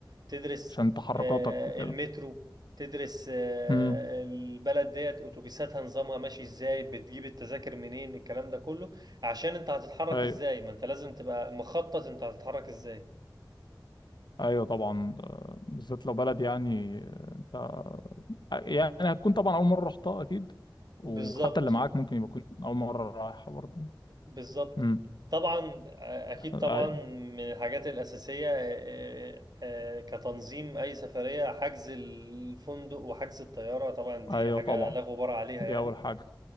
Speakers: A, on the right (about 55°); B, on the left (about 65°).
A: تدرس
B: عشان تحركاتك
A: آه،
B: وكده
A: المترو تدرس آه،
B: امم
A: البلد ديت اتوبيساتها نظامها ماشي ازاي بتجيب التذاكر منين الكلام ده كله عشان انت هتتحرك
B: ايوه
A: ازاي ما انت لازم تبقى مخطط انت هتتحرك ازاي
B: ايوه طبعا آه، بالذات لو بلد يعني آه، انت يعني هتكون طبعا اول مره رحتها اكيد وحتى
A: بالظبط
B: اللي معاك ممكن يبقى يكون اول مره رايحه برضه
A: بالظبط
B: امم
A: طبعا آه، اكيد
B: ايوه
A: طبعا من الحاجات الاساسيه آه، آه، آه، كتنظيم اي سفريه حجز الفندق وحجز الطياره طبعا دي
B: ايوه
A: حاجه
B: طبعا
A: لا غبار عليها
B: دي
A: يعني
B: اول حاجه